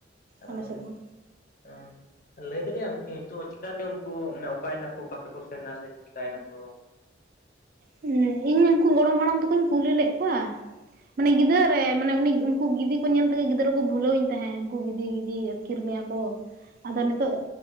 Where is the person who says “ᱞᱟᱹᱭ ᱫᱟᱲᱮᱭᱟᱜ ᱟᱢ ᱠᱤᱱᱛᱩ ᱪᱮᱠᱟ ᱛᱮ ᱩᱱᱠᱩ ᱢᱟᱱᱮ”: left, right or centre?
Left